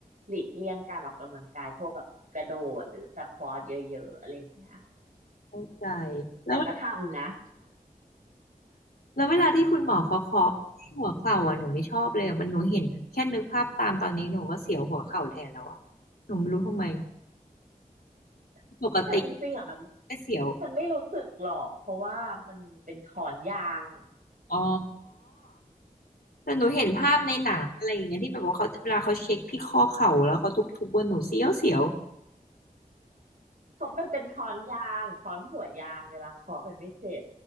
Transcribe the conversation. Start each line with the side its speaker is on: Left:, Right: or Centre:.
Right: หลีกเลี่ยงการออกกำลังกายพวกแบบกระโดดหรือสควอทเยอะๆอะไรเงี้ย
Left: เข้าใจแล้ว
Right: แต่ก็ทำนะ
Left: แล้วเวลาที่คุณหมอเขาเคาะที่หัวเข่าอ่ะหนูไม่ชอบเลยอะมันหนูเห็นแค่นึกภาพตามตอนนี้หนูก็เสียวหัวเข่าแทนแล้วอะหนูไม่รู้ทำไม
Right: <laughs>
Left: ปกติ
Right: แต่จริงๆอ่ะมัน
Left: แค่เสียว
Right: มันไม่รู้สึกหรอกเพราะว่ามันเป็นขอนยาง
Left: อ๋อแต่หนูเห็นภาพในหนังอะไรอย่างเงี้ยที่แบบว่าเขาเวลาเขาเช็คที่ข้อเข่าแล้วเขาทุบๆว่าหนูเสียวเสียว
Right: เขามันเป็นค้อนยางค้อนหัวยางเวลาเคาะมันไม่เจ็บ